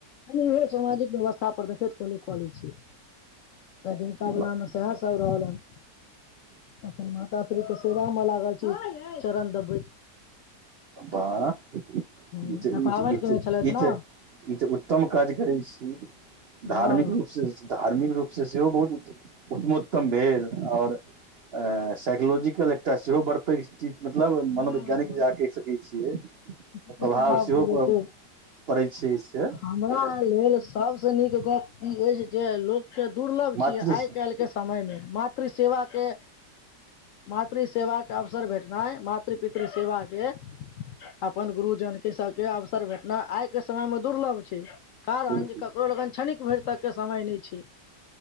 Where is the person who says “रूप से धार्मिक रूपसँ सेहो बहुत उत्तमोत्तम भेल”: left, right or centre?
Right